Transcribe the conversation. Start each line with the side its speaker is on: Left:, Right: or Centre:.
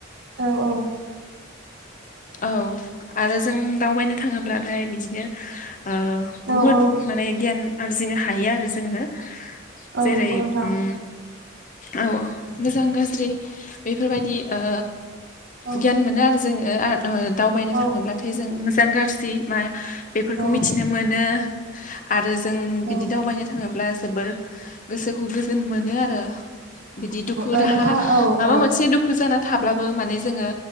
Right: औ औ
Left: औ आरो जों दावबायनो थाङोब्लाथाय बिदिनो ओ
Right: औ
Left: बुहुद
Right: औ
Left: माने गियान आरजिनो हायो आरो जोङो
Right: औ
Left: जेर
Right: नंगौ नोंथां
Left: उम औ मोजां गाज्रि बेफोरबायदि ओ
Right: औ
Left: गियान मोनो आरो जोङो दावबायनो
Right: औ
Left: थाङोब्लाथाय जों मोजां गाज्रि मा बेफोरखौ
Right: औ
Left: मिथिनो मोनो आरो जों
Right: औ
Left: बिदि दावबायनो थाङोब्ला जोबोर गोसोखौ गोजोन मोनो आरो बिदि दुखु
Right: ओ
Left: दाहा
Right: नोंथाङा औ
Left: माबा
Right: औ
Left: मोनसे दुखु जाना थाब्लाबो माने जोङो